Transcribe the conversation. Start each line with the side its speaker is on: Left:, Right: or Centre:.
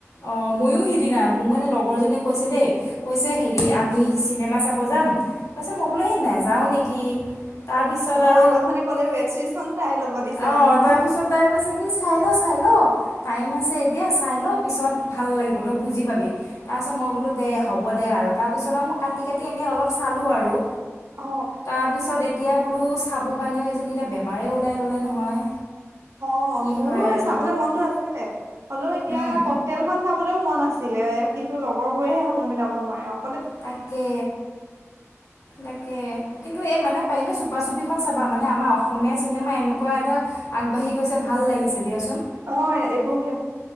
Left: অঁ ময়ো সিদিনা মোক মানে লগৰজনীয়ে কৈছে দেই, কৈছে হেৰি আমি চিনেমা চাব যাম, কৈছে মই বোলো এ নাযাওঁ নেকি। তাৰপিছত
Right: অ
Left: আৰু
Right: আগত মানে ক'লে ৱেব ছিৰিজখন চাই ল'ব দিছে
Left: অঁহ
Right: মানে তোমাক
Left: তাৰপিছত তাই কৈছে কি চাই ল চাই ল টাইম আছে এতিয়া চাই ল' পিছত ভাল লাগিব তই বুজি পাবি, তাৰপিছত মই বোলো দে হ'ব দে আৰু, তাৰপিছত আৰু মই কাটি কাটি এনেই অলপ চালোঁ আৰু।
Right: অ
Left: তাৰপিছত এতিয়া এতিয়া বোলো চাবৰ কাৰণেও এজনী এতিয়া বেমাৰেই ওলাই ল'লে নহয়।
Right: অ
Left: কি
Right: মোৰো
Left: হয় আৰু
Right: এই চাবলে মনটো আছিলে হ লো এতিয়া
Left: উম
Right: ক'কতেইল খন চাবলৈও মন আ ছিলে কিন্তু লগৰ বোৰেহে সময় মিলাব নোৱাৰে অ
Left: তাকে, তাকে কিন্তু এই মানে পাৰিলে চ চুপাচুপিখন চাবা, মানে আমাৰ অসমীয়া চিনেমা এনেকুৱা এটা আগবাঢ়ি গৈছে ভাল লাগিছে দিয়াচোন।
Right: অ এইবোৰ ক্ষে